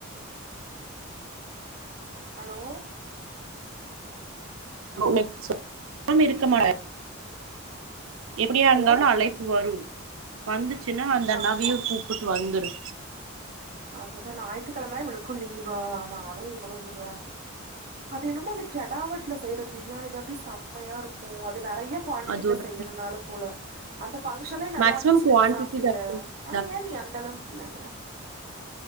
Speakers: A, on the right; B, on the right.
A: ஹலோ
B: <inaudible> மேக்சிமம் இருக்க மாட்ட எப்படியா
A: ஹலோ
B: இருந்தாலு அழைப்பு வரு வந்துச்சுன்னா அந்த
A: ஆமா
B: நவிய கூப்புட்டு வந்துரு
A: அதுதா ஞாயித்துகிழம இவுளுக்கு லீவா நானு இவ கூட வந்துடுவே அது என்னமோ அந்த கெடா வெட்டுல செய்ற பிரியாணி தாண்டி செம்மையா இருக்கு அது நெறைய குவான்டிட்டில
B: அது ஒரு
A: செய்யறதுனால போல அந்த ஃபங்க்ஷன்லே நல்லா
B: மேக்ஸிமம்
A: இருந்ச்சுல
B: குவான்டிட்டி
A: நீ சாப்ட்டில
B: ஜாஸ்தி
A: ஆனா ஏன் நீ அந்த அளவுக்கு இல்லங்கற